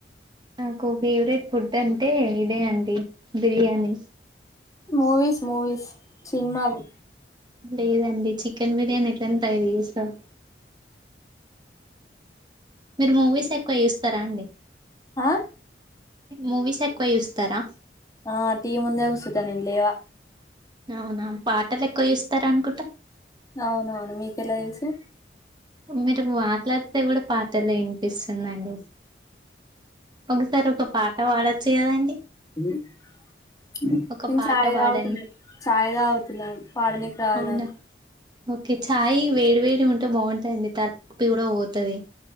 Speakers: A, on the right; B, on the left.
A: నాకు ఫేవరెట్ ఫుడ్ అంటే ఇదే అండి బిర్యానీ
B: మూవీస్ మూవీస్ సినిమాలు
A: లేదండి చికెన్ బిర్యానీ ఎట్లని తయారు చేస్తాం మీరు మూవీస్ ఎక్కువ ఇూస్తారా అండి
B: ఆ
A: మూవీస్ ఎక్కువ చూస్తారా
B: ఆ టీ ముందే గుసుంటా నే లేవా
A: అవునా పాటలు ఎక్కువ చెస్తార అనుకుంటా
B: అవునవును మీకెలా తెలుసు
A: మీరు మాట్లాడితే కూడా పాటలె వినిపిస్తుందండి ఒకసారి ఒక పాట పాడొచ్చు కదండి
B: ఏ <inaudible> నేను
A: ఒక పాట
B: చాయ్
A: పాడండి
B: తాగుతున్న చాయ్ తాగుతున్న పాడనికే రాదు
A: అవునా
B: నాకు
A: ఓకే ఛాయ్ వేడి వేడి గా ఉంటే బాగుంటది తలనొప్పి కూడా పోతది